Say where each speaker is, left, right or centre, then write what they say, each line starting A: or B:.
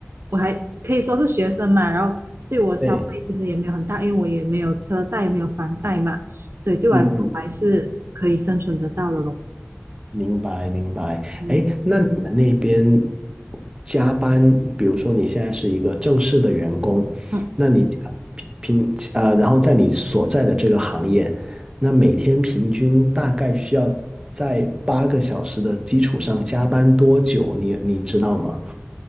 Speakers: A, on the right; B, on the right.
A: 我还可以说是学生嘛，然后对我消费其实也没有很大，
B: 对，
A: 因为我也没有车贷，也没有房贷嘛，所以对我来说我还是可以生存得到的咯。
B: 嗯嗯。明白，明白。
A: 嗯
B: 哎，那你们那边加班，比如说你现在是一个正式的员工，
A: 嗯。
B: 那你加平平呃，然后在你所在的这个行业，那每天平均大概需要在八个小时的基础上加班多久？你你知道吗？